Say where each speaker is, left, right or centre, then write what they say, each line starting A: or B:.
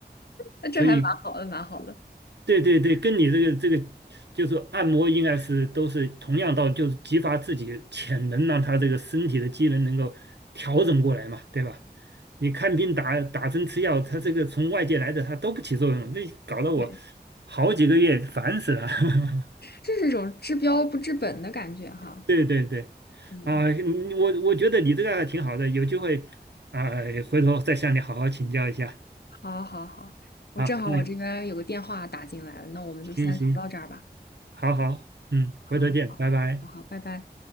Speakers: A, on the left; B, on the right.
A: 那这还蛮好的，
B: 所以
A: 蛮好的。
B: 对对对，跟你这个这个就是按摩应该是都是同样道理，就是激发自己潜能，让他这个身体的机能能够调整过来嘛，对吧？你看病打打针吃药，他这个从外界来的他都不起作用，这搞得我
A: 对，
B: 好几个月烦死了。<laughs>
A: 这是一种治标不治本的感觉哈。
B: 对对对，
A: 嗯，
B: 啊，嗯我我觉得你这个还挺好的，有机会啊，回头再向你好好请教一下。
A: 好，好，好，我正好我这边有个电话打进来了，
B: 啊，那
A: 那我们就先聊到这儿吧。
B: 行行，好好，嗯，
A: 好，
B: 回头见，
A: 好，
B: 拜拜。
A: 好，好，拜拜。